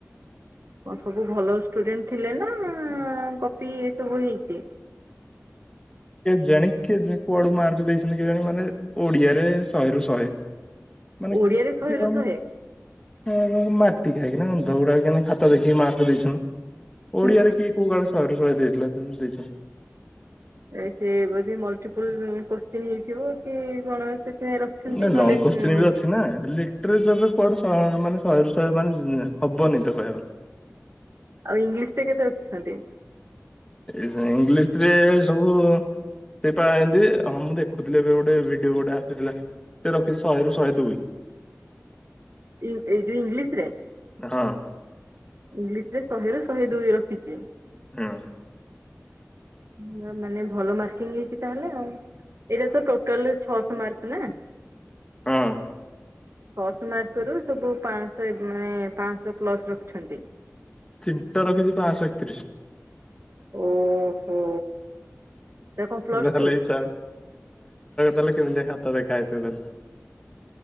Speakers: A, on the right; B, on the left.
A: କଣ ସବୁ ଭଲ ଷ୍ଟୁଡେଣ୍ଟ ଥିଲେ ନାଁ କପି ସବୁ ହେଇଚି।
B: କେଜାଣି କିଏ ଜା କୁଆ ସବୁ ମାର୍କ ଦେଇଛନ୍ତି କେଜାଣି ମାନେ ଓଡିଆରେ ଶହେରୁ ଶହେ ମାନେ
A: ଓଡିଆରେ
B: କିଅ
A: ଶହେରୁ ଶହେ।
B: ଏଇ କଣ ମାଟି ଖାଇକିନା ଅନ୍ଧଗୁଡାକ କେନି ଖାତ ଦେଖିକି ମାର୍କ ଦେଇଛନ୍ତିି।
A: ହୁଁ
B: ଓଡିଆରେ କିଏ କୋଉ କାଳେ ଶହେରୁ ଶହେ ଦେଇଥିଲା ତମେ ଦେଇଚ?
A: ଏ ସେ ବୋଧେ ମଲଟିପୁଲ କୋଶ୍ଚିନ୍ ହେଇଥିବ କି କଣ? ସେଥିପାଇଁ ରଖିଛନ୍ତି
B: ନାଇଁ
A: ନହେଲେ
B: ଲଙ୍ଗ କୋଶ୍ଚିନ୍
A: ଉଁ
B: ବି ଅଛି ନାଁ ଲିଟରେଚରରେ କୁଆଡ଼ୁ ତ ମାନେ ଶହେରୁ ଶହେ ମାନେ ହବନି ତ କହିବା ଗଲେ।
A: ଆଉ ଇଂଲିଶରେ କେତେ ରଖିଛନ୍ତି?
B: ଇ ଇଂଲିଶରେ ସବୁ ସେ ପା ଏନ୍ତି ହଁ ମୁଁ ଦେଖୁଥିଲି ଏବେ ଗୋଟେ ଭିଡିଓ ଗୋଟେ ଆସିଥିଲା। ସେ ରଖିଚି ଶହେରୁ ଶହେ ଦୁଇ।
A: ଏ ଏଇ ଯୋଉ ଇଂଲିଶରେ?
B: ହଁ
A: ଇଂଲିଶରେ ଶହେରୁ ଶହେ ଦୁଇ ରଖିଚି।
B: ହଁ
A: ନାଁ ମାନେ ଭଲ ମାର୍କିଂ ହେଇଚି ତାହେଲେ ଆଉ। ଏଇଟା ତ ଟୋଟଲର ଛଅଶ ମାର୍କ ନାଁ?
B: ହଁ।
A: ଛଅଶ ମାର୍କରୁୁ ସବୁ ପାଁଶ ଏ ମାନେ ପାଁଶ ପ୍ଲସ ରଖିଛନ୍ତି।
B: ଚିନ୍ତା ରଖିଚି ପାଁଶ ଏକତିରିଶି।
A: ଓହୋ। ଏଟା କଣ ପ୍ଲସ
B: ନହଲେ
A: ଟୁ
B: ଚା ଦେଲେ କେମିତିଖାତ ଦେଖାହଇଥିବ ତାଲେ।